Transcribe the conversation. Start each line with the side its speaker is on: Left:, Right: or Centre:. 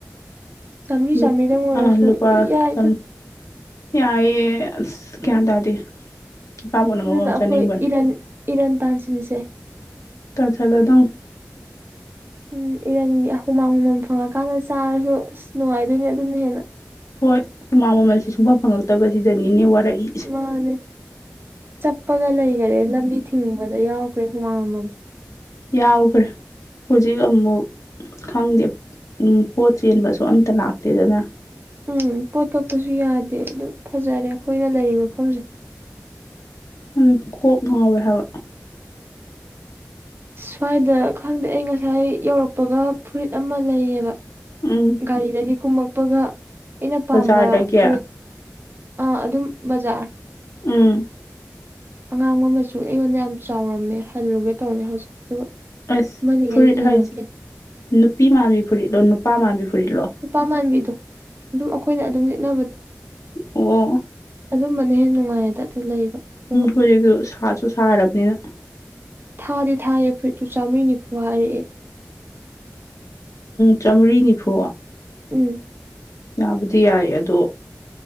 Right: ꯆꯥꯝꯃꯔꯤ
Left: ꯂꯨꯞ
Right: ꯆꯥꯝꯃꯔꯤꯗꯪ ꯑꯣꯏꯔꯁꯨ
Left: ꯑꯥ ꯂꯨꯄꯥ
Right: ꯌꯥꯏꯗ
Left: ꯆꯪ ꯌꯥꯏꯌꯦ ꯑꯁ ꯒ꯭ꯌꯥꯟ
Right: ꯎꯝ
Left: ꯇꯥꯗꯦ ꯑꯆꯥꯄꯣꯠꯅ ꯃꯔꯣꯝ
Right: ꯑꯗꯨꯅ
Left: ꯑꯃ
Right: ꯑꯩꯈꯣꯏ
Left: ꯆꯥꯅꯤꯡꯕꯅ
Right: ꯏꯔꯟ ꯏꯔꯟ ꯇꯥꯟꯁꯤꯟꯁꯦ
Left: ꯇꯥꯟꯁꯤꯟꯂꯥꯗꯧꯅꯤ
Right: ꯎꯝ ꯏꯔꯟꯒꯤ ꯍꯨꯃꯥꯡ ꯃꯃꯜ ꯐꯪꯉꯛꯀꯥꯟꯗ ꯆꯥꯔꯁꯨ ꯑꯁ ꯅꯨꯡꯉꯥꯏꯗꯣꯏꯅꯦ ꯑꯗꯨꯅ ꯍꯦꯟꯅ
Left: ꯍꯣꯏ ꯍꯨꯃꯥꯡ ꯃꯃꯜꯁꯦ ꯁꯨꯡꯐꯪ ꯐꯪꯉꯛꯇꯕꯁꯤꯗꯅꯤꯅꯦ ꯋꯥꯔꯛꯏ
Right: ꯃꯥꯅꯦ ꯆꯞꯄꯒ ꯂꯩꯒꯔꯦ ꯂꯝꯕꯤ ꯊꯤꯡꯕꯗ ꯌꯥꯎꯈ꯭ꯔꯦ ꯍꯨꯃꯥꯡ ꯃꯃꯜꯁꯦ
Left: ꯌꯥꯎꯒ꯭ꯔꯦ ꯍꯧꯖꯤꯛ ꯑꯃꯨꯛ ꯈꯪꯗꯦ ꯎꯝ ꯄꯣꯠ ꯆꯦꯟꯕꯁꯨ ꯑꯝꯇ ꯂꯥꯛꯇꯦꯗꯅꯥ
Right: ꯎꯝ ꯄꯣꯠ ꯀꯛꯄꯁꯨ ꯌꯥꯗꯦ ꯑꯗꯨ ꯐꯖꯔꯦ ꯑꯩꯈꯣꯏꯅ ꯂꯩꯔꯤ ꯃꯐꯝꯁꯦ
Left: ꯎꯝ ꯀꯣꯛ ꯉꯥꯎꯋꯦ ꯍꯥꯏꯕ
Right: ꯁ꯭ꯋꯥꯏꯗ ꯈꯪꯗꯦ ꯑꯩ ꯉꯁꯥꯏ ꯌꯧꯔꯛꯄꯒ ꯐꯨꯔꯤꯠ ꯑꯃ ꯂꯩꯌꯦꯕ
Left: ꯎꯝ
Right: ꯒꯥꯔꯤꯗꯒꯤ ꯀꯨꯝꯃꯛꯄꯒ ꯑꯩꯅ ꯄꯥꯝꯕ
Left: ꯕꯖꯥꯔꯗꯒꯤ
Right: ꯐꯨꯔꯤꯠ꯫ ꯑꯥ ꯑꯗꯨꯝ ꯕꯖꯥꯔ꯫
Left: ꯎꯝ
Right: ꯑꯉꯥꯡꯕ ꯃꯆꯨ ꯑꯩꯉꯣꯟꯗ ꯌꯥꯝ ꯆꯥꯎꯔꯝꯃꯦ ꯍꯜꯂꯨꯒꯦ ꯇꯧꯅꯤ ꯍꯧꯖꯤꯛ ꯑꯗꯨꯒ
Left: ꯑꯁ
Right: ꯑꯃꯅꯤꯈꯩ
Left: ꯐꯨꯔꯤꯠ
Right: ꯌꯦꯡꯉꯛꯀꯦ
Left: ꯍꯥꯏꯁꯦ ꯅꯨꯄꯤ ꯃꯥꯥꯟꯕꯤ ꯐꯨꯔꯤꯠꯂꯣ ꯅꯨꯄꯥ ꯃꯥꯟꯕꯤ ꯐꯨꯔꯤꯠꯂꯣ꯫
Right: ꯄꯥ ꯃꯥꯟꯕꯤꯗꯣ ꯑꯗꯨꯝ ꯑꯩꯈꯣꯏꯅ ꯑꯗꯨꯝ ꯂꯤꯠꯅꯕꯗꯣ꯫
Left: ꯑꯣ꯫
Right: ꯑꯗꯨꯝꯕꯅ ꯍꯦꯟꯅ ꯅꯨꯡꯉꯥꯏꯌꯦꯗ ꯑꯗꯨ ꯂꯩꯕ꯫ ꯑꯗꯨꯒ
Left: ꯍꯧꯖꯤꯛꯁꯨ ꯁꯥꯁꯨ ꯁꯥꯔꯕꯅꯤꯅ꯫
Right: ꯊꯥꯗꯤ ꯊꯥꯌꯦ ꯐꯨꯔꯤꯠꯇꯨ ꯆꯥꯝꯃ꯭ꯔꯤꯅꯤꯐꯨ ꯍꯥꯏꯔꯛꯑꯦ꯫
Left: ꯆꯥꯝꯃ꯭ꯔꯤ ꯅꯤꯐꯨ꯫
Right: ꯎꯝ
Left: ꯌꯥꯕꯨꯗꯤ ꯌꯥꯏ ꯑꯗꯣ